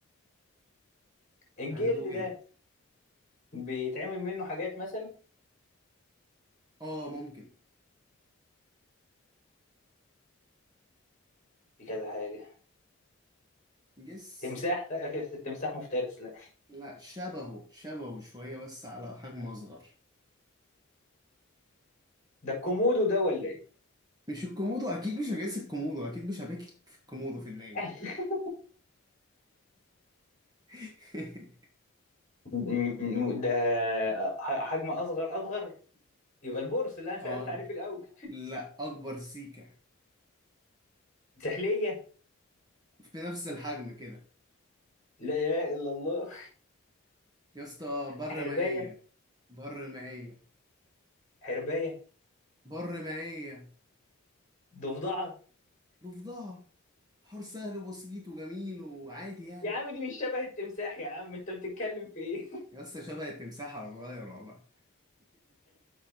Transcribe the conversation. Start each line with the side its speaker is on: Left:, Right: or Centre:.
Left: الجلد
Right: عنده جلد
Left: ده بيتعمل منه حاجات مثلا
Right: اه ممكن
Left: في كذا حاجة
Right: جس
Left: تمساح ده- أكيد التمساح مفترس لا
Right: لا شبهه شبهه شوية بس على حجم اصغر
Left: ده الكومودو ده ولا إيه
Right: مش الكومودو اكيد مش هجس الكومودو اكيد مش هبكي في الكومودو في النادي
Left: <laughs>
Right: <laughs>
Left: م- م- ده ح- حجم أصغر أصغر يبقى البورس اللي انا سالت
Right: اه
Left: عليه في الاول
Right: لا اكبر سيكا
Left: سحليه
Right: في نفس الحجم كده
Left: لا اله الا الله
Right: يا اسطى بر
Left: حربايه
Right: مائية بر مائية
Left: حربايه
Right: بر مائية
Left: ضفدعه
Right: ضفدعة حوار سهل وبسيط وجميل وعادي يعني
Left: يا عم دي مش شبه التمساح يا عم انت بتتكلم في ايه
Right: يا اسطى شبه التمساح على صغير والله